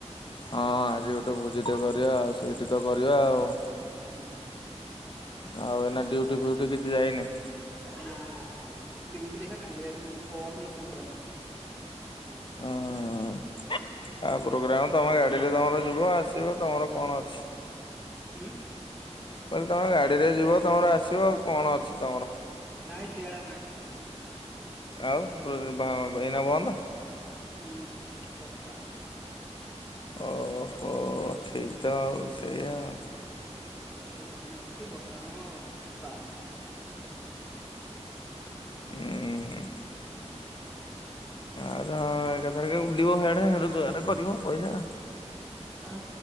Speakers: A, on the left; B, in the centre.
A: ହଁ। ଆଜି ଗୋଟେ ଭୋଜି ଟେ କରିବା ଆଉ। ସେଇଠି ତ କରିବା ଆଉ।
B: ହୁଁ, ହୁଁ।
A: ଆଉ ଏନା ଡ୍ୟୁଟି ଫ୍ୟୁଟି କିଛି ଯାଇନି।
B: ନା। ଡିଉଟି ଦେଖା କାଲି ଆଡକୁ। ପର ଦିନ ପ୍ରୋଗ୍ରାମ
A: ହଁ। ଆଉ ପ୍ରୋଗ୍ରାମ। ତମ ଗାଡିରେ ତମର ଯିବ ଆସିବ। ତମର କଣ ଅଛି।
B: ହୁଁ।
A: କହିଲି ତମେ ଗାଡିରେ ଯିବ, ତମର ଆସିବ। ଆଉ କଣ ଅଛି ତମର।
B: ନାଇଁ ଶିଆଡେ ଆଉ ନାହିଁ।
A: ଆଉ ଏଇନା ବନ୍ଦ।
B: ହୁଁ। ବର୍ଷା।
A: ଓହୋ। ଠିକ ତ ଆଉ। ସେଇଆଉ।
B: ବର୍ଷା ସିଜନ ଅଛି। ବର୍ତ୍ତମାନ ବାହାରକୁ। ପଦିନ
A: ହୁଁ। ଆ ହଁ। ଏକ ତାରିଖ ଉଡିବ ସେଆଡେ। ରୋଜଗାର କରିବ ପଇସା।
B: ଆ।